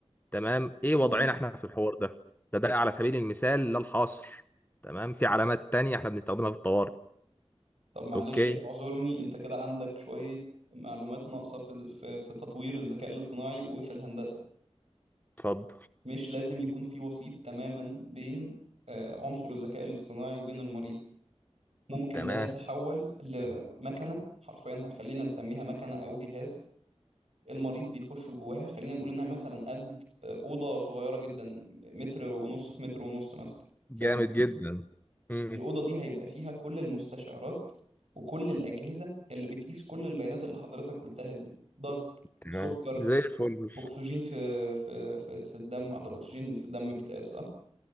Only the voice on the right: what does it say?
ماشي
طب معلش
اعذرني أنت كده عندك شوية معلومات ناقصة في في في تطوير الذكاء الاصطناعي وفي الهندسة
مش لازم يكون في وسيط تماما بين آه، عنصر الذكاء الاصطناعي وبين المريض ممكن
ده يتحول لمكنة حرفيا خلينا نسميها مكنة أو جهاز المريض بيخش جواها خلينا نقول انها مثلا قد اوضه صغيره جدا متر ونص في متر ونص مثلا فاهم
قصدي
الاوضه دي هيبقى فيها كل المستشعرات وكل الاجهزه اللي بتقيس كل البيانات اللي حضرتك قلتها دي ضغط
سكر
اكسجين في في في, في الدم اعتقد الاكسجين في الدم بيتقاس صح